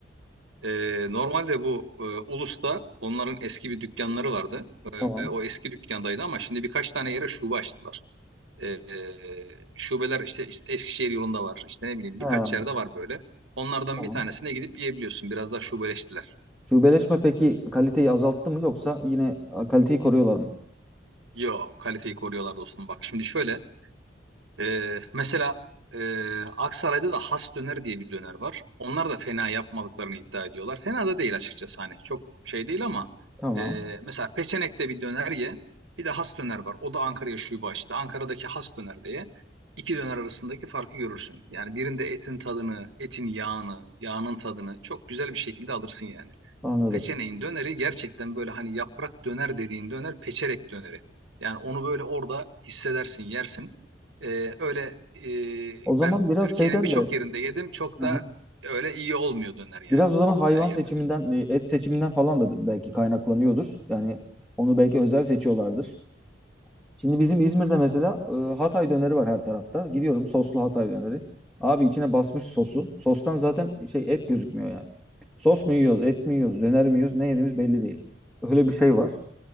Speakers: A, on the right; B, in the centre.
A: Ee, normalde bu e, Ulus'ta onların eski bir dükkanları vardı.
B: Tamam.
A: E, o eski dükkandaydı ama şimdi birkaç tane yere şube açtılar. E, e, şubeler işte, işte Eskişehir yolunda var. işte ne bileyim
B: Ha,
A: birkaç yerde var böyle. Onlardan
B: tamam.
A: bir tanesine gidip yiyebiliyorsun. Biraz daha şubeleştiler.
B: Şubeleşme peki kaliteyi azalttı mı yoksa yine kaliteyi koruyorlar mı?
A: Yo kaliteyi koruyorlar dostum. Bak şimdi şöyle Ee, mesela e, Aksaray'da da Has Döner diye bir döner var. Onlar da fena yapmadıklarını iddia ediyorlar. Fena da değil açıkçası hani çok şey değil ama
B: Tamam.
A: e, mesela Peçenek'te bir döner ye. Bir de Has Döner var. O da Ankara'ya şube açtı. Ankara'daki Has Döner diye iki döner arasındaki farkı görürsün. Yani birinde etin tadını, etin yağını, yağının tadını çok güzel bir şekilde alırsın yani.
B: Anladım.
A: Peçeneğin döneri gerçekten böyle hani yaprak döner dediğin döner peçerek döneri. Yani onu böyle orada hissedersin, yersin. Ee, öyle e,
B: O zaman
A: ben
B: biraz
A: Türkiye'nin
B: şeyden
A: birçok
B: de
A: yerinde yedim. Çok
B: Hı
A: da
B: hı.
A: öyle iyi olmuyor döner yani
B: biraz o zaman hayvan
A: her yerde.
B: seçiminden, e, et seçiminden falan da belki kaynaklanıyordur. Yani onu belki özel seçiyorlardır. Şimdi bizim İzmir'de mesela e, Hatay döneri var her tarafta. Gidiyorum soslu Hatay döneri. Abi içine basmış sosu. Sostan zaten şey et gözükmüyor yani. Sos mu yiyoruz, et mi yiyoruz, döner mi yiyoruz, ne yediğimiz belli değil. Öyle bir şey var.